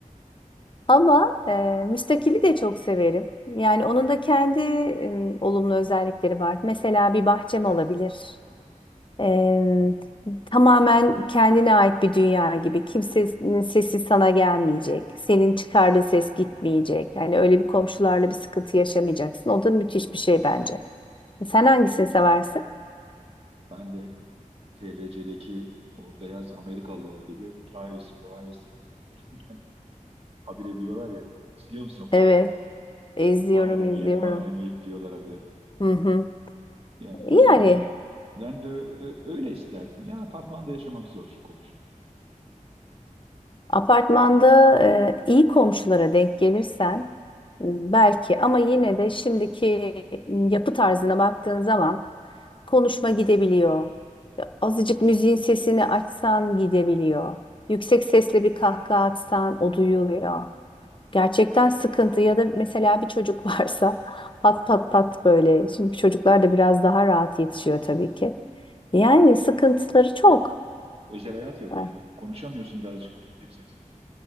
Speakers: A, on the left; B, on the right.
A: Ama e, müstakili de çok severim. Yani onun da kendi m, olumlu özellikleri var. Mesela bir bahçem olabilir. Eee, tamamen kendine ait bir dünya gibi. Kimsenin sesi sana gelmeyecek. Senin çıkardığın ses gitmeyecek. Yani öyle bir komşularla bir sıkıntı yaşamayacaksın. O da müthiş bir şey bence. Sen hangisini seversin?
B: Ben de TLC'deki o beyaz Amerikalılar gibi privacy, privacy diye bir <laughs> habire diyorlar ya. Siliyor musun o programları?
A: Evet, izliyorum,
B: Mahremiyet,
A: izliyorum.
B: mahremiyet diyorlar habire.
A: Hı hı.
B: Yani
A: Yani
B: ben ben ben de ö- öyle isterdim. Ya apartmanda yaşamak zor komşu.
A: apartmanda e, iyi komşulara denk gelirsen belki ama yine de şimdiki yapı tarzına baktığın zaman konuşma gidebiliyor. Ya Azıcık müziğin sesini açsan gidebiliyor. Yüksek sesle bir kahkaha atsan o duyuluyor. Gerçekten sıkıntı ya da mesela bir çocuk varsa <laughs> pat pat pat böyle. Şimdi çocuklar da biraz daha rahat yetişiyor tabii ki. Yani sıkıntıları çok.
B: Özel hayat yok
A: Ha,
B: ya. Konuşamıyorsun birazcık yüksek sesle.